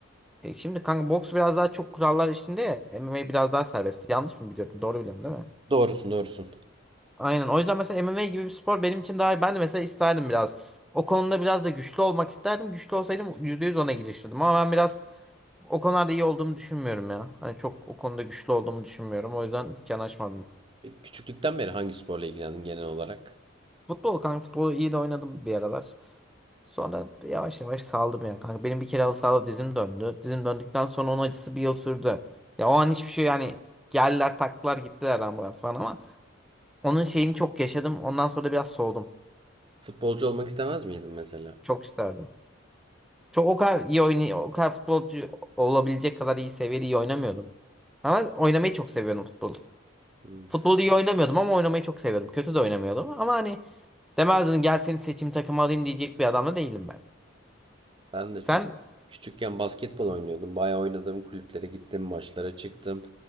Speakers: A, in the centre; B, on the right.
A: E, şimdi kanka boks biraz daha çok kurallar içinde ya MMA biraz daha serbest. Yanlış mı biliyorum? Doğru biliyorum değil mi?
B: Doğrusun, doğrusun.
A: Aynen. O yüzden mesela MMA gibi bir spor benim için daha ben de mesela isterdim biraz. O konuda biraz da güçlü olmak isterdim. Güçlü olsaydım %100 ona girişirdim. Ama ben biraz o konularda iyi olduğumu düşünmüyorum ya. Hani çok o konuda güçlü olduğumu düşünmüyorum. O yüzden hiç yanaşmadım.
B: Peki küçüklükten beri hangi sporla ilgilendin genel olarak?
A: Futbol kanka futbolu iyi de oynadım bir aralar. Sonra yavaş yavaş saldım ya kanka. Benim bir kere halı sahada dizim döndü. Dizim döndükten sonra onun acısı bir yıl sürdü. Ya o an hiçbir şey yani geldiler taktılar gittiler ambulans falan ama onun şeyini çok yaşadım. Ondan sonra da biraz soğudum.
B: Futbolcu olmak istemez miydin mesela?
A: Çok isterdim. Çok o kadar iyi oynay o kadar futbolcu olabilecek kadar iyi seviyede iyi oynamıyordum. Ama oynamayı çok seviyordum futbol.
B: Hmm.
A: Futbolu iyi oynamıyordum ama oynamayı çok seviyordum. Kötü de oynamıyordum ama hani demezdin gel seni seçim takımı alayım diyecek bir adam da değilim ben.
B: Ben de
A: Sen?
B: çünkü küçükken basketbol oynuyordum. Bayağı oynadım kulüplere gittim, maçlara çıktım.